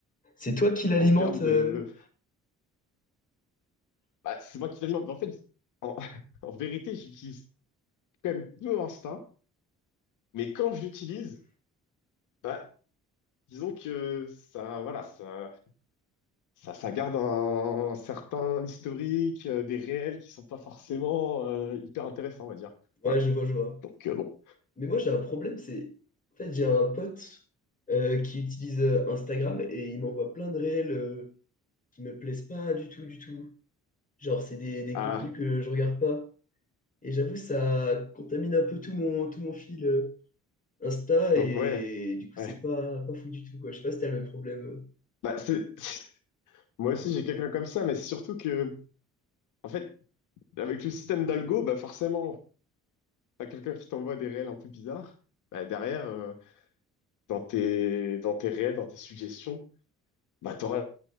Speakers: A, on the left; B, on the left.
A: C'est toi qui l'alimente.
B: en termes
A: euh.
B: de. Bah, c'est moi qui l'alimente. En fait, en, <laughs> en vérité, j'utilise quand même peu Insta, mais quand je l'utilise, bah, disons que ça, voilà, ça, ça, ça garde un, un certain historique, euh, des réels qui sont pas forcément euh, hyper intéressants, on va dire.
A: Ouais,
B: Voilà.
A: je vois, je vois.
B: Donc euh, bon.
A: Mais moi, j'ai un problème, c'est... En fait, j'ai un pote euh, qui utilise euh, Instagram et il m'envoie plein de réels euh, qui me plaisent pas du tout, du tout. Genre, c'est des, des
B: Ah,
A: contenus que je regarde pas. Et j'avoue, ça contamine un peu tout mon, tout mon fil euh, Insta
B: Donc,
A: et
B: ouais,
A: du coup,
B: ouais.
A: c'est pas, pas fou du tout, quoi. Je sais pas si t'as le même problème.
B: Bah, c'est... <laughs> Moi aussi, j'ai quelqu'un comme ça, mais c'est surtout que, en fait, avec le système d'algo, bah, forcément, t'as quelqu'un qui t'envoie des réels un peu bizarres. Bah, derrière, euh, dans tes... dans tes réels, dans tes suggestions, bah, t'auras